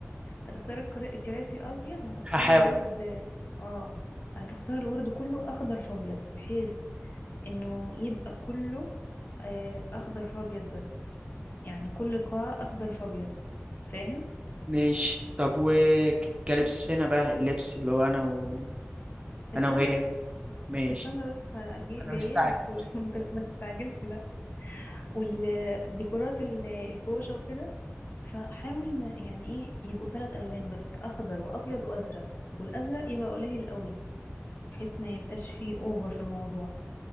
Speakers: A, on the left; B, on the right.
A: هتختار الكرا- الكراسي ابيض وهتختار
B: هحاول
A: الورد اه هتختار الورد كله اخضر فابيض بحيث انه يبقى كله آه، اخضر فابيض بس يعني كل قاعة اخضر فابيض فاهم
B: ماشي طب وكلبسنا بقى اللبس اللي هو انا و...
A: استنى
B: انا وهي
A: بس
B: ماشي
A: استنى بس
B: انا
A: جايه
B: مستعجل
A: لك صور <laughs> مت- ما تستعجلش لا والديكورات ال- الكوشة وكده فحاول ما يعني ايه يبقوا ثلاث الوان بس اخضر وابيض وازرق والازرق يبقى قليل قوي بحيث ما يبقاش فيه اوفر في الموضوع